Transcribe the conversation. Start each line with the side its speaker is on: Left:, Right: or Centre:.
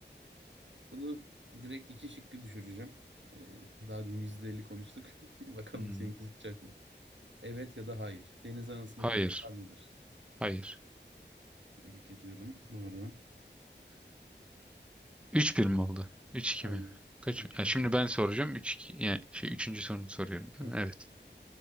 Right: Bunu direkt iki şıkkı düşüreceğim. Ee, daha dün %50 konuştuk. <laughs> Bakalım
Centre: Hmm.
Right: seninki tutacak mı? Evet ya da hayır. Deniz anasının
Centre: Hayır.
Right: beyni var mıdır?
Centre: Hayır.
Right: Tebrik ediyorum. Doğru.
Centre: Üç bir mi oldu? Üç 2
Right: Aynen.
Centre: mi? Kaç?
Right: 3-1.
Centre: Ha, şimdi ben soracağım. üç. 2 yani şey 3. sorunu soruyorum değil
Right: Aynen.
Centre: mi? Evet.